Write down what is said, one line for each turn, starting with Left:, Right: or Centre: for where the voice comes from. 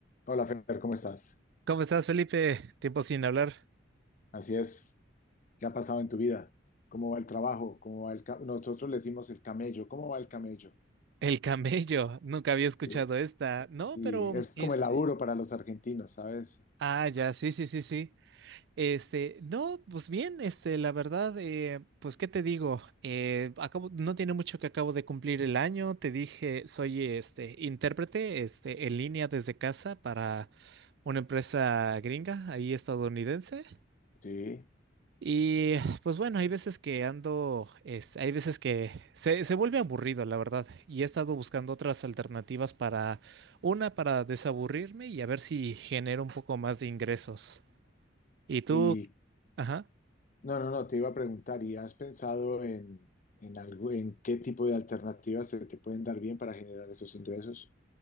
Left: Hola, Fer, ¿cómo estás?
Right: ¿Cómo estás, Felipe? Tiempo sin hablar.
Left: Así es. ¿Qué ha pasado en tu vida? ¿Cómo va el trabajo? ¿Cómo va el ca- Nosotros le decimos el camello. ¿Cómo va el camello?
Right: El camello. Nunca había escuchado
Left: Sí,
Right: esta. No,
Left: sí,
Right: pero
Left: es como
Right: este.
Left: el laburo para los argentinos, ¿sabes?
Right: Ah, ya, sí, sí, sí, sí. Este, no, pues bien, este, la verdad, eh, pues, ¿qué te digo? Eh, acabo, no tiene mucho que acabo de cumplir el año. Te dije, soy este intérprete, este, en línea desde casa para una empresa gringa, ahí estadounidense.
Left: Sí.
Right: Y pues bueno, hay veces que ando, es- hay veces que se, se vuelve aburrido, la verdad, y he estado buscando otras alternativas para, una, para desaburrirme y a ver si genero un poco más de ingresos. ¿Y tú?
Left: Y
Right: Ajá.
Left: no, no, no, te iba a preguntar, ¿y has pensado en, en algo, en qué tipo de alternativas se te pueden dar bien para generar esos ingresos?